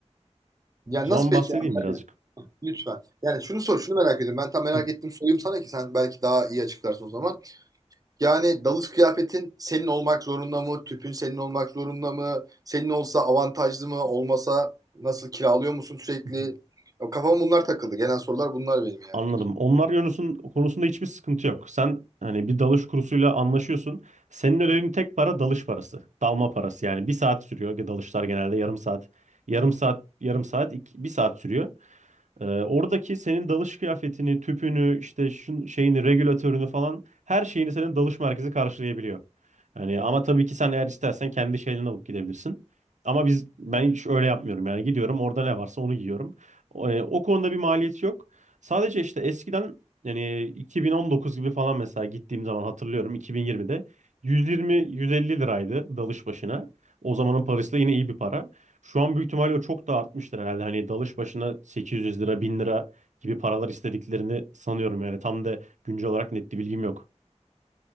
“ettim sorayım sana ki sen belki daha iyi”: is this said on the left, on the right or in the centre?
Right